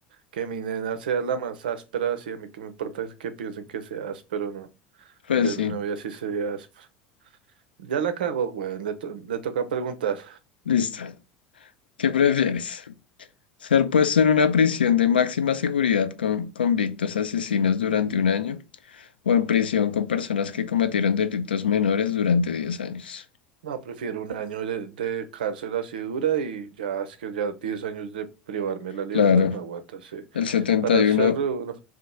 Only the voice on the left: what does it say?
<laughs> pues
sí.
Listo. ¿Qué prefieres? Ser puesto en una prisión de máxima seguridad con convictos asesinos durante un año o en prisión con personas que cometieron delitos menores durante 10 años.
Claro,
el setenta
y
uno,